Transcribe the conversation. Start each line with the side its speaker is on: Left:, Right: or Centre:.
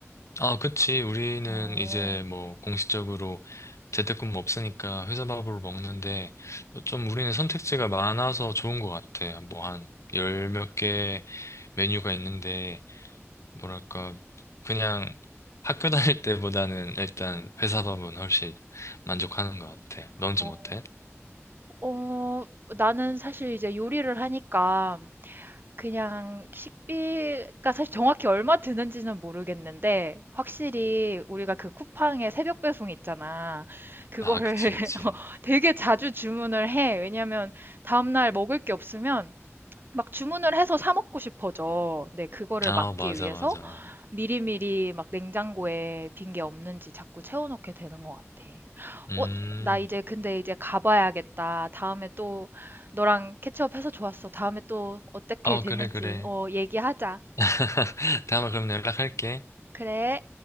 Left: 아, 그치. 우리는
Right: 어.
Left: 이제 뭐 공식적으로 재택근무 없으니까 회사 밥으로 먹는데 좀 우리는 선택지가 많아서 좋은 것 같아. 뭐 한 열 몇 개 메뉴가 있는데 뭐랄까 그냥 학교 <laughs> 다닐 때보다는 일단 회사 밥은 훨씬 만족하는 것 같아. 넌 좀
Right: 어,
Left: 어때?
Right: 어, 나는 사실 이제 요리를 하니까 그냥 식비가 사실 정확히 얼마 드는지는 모르겠는데 확실히 우리가 그 쿠팡의 새벽 배송 있잖아. 그거를
Left: 아, 그치, 그치.
Right: <laughs> 어, 되게 자주 주문을 해. 왜냐면 다음날 먹을 게 없으면 막 주문을 해서 사 먹고 싶어져. 네, 그거를
Left: 아,
Right: 막기
Left: 맞아,
Right: 위해서.
Left: 맞아.
Right: 미리미리 막 냉장고에 빈 게 없는지 자꾸 채워놓게 되는 것 같아.
Left: 음,
Right: 어, 나 이제 근데 이제 가봐야겠다. 다음에 또 너랑 캐치업해서 좋았어. 다음에 또 어떻게
Left: 어,
Right: 됐는지
Left: 그래, 그래.
Right: 어, 얘기하자.
Left: <laughs> 다음에 그럼 연락할게.
Right: 그래.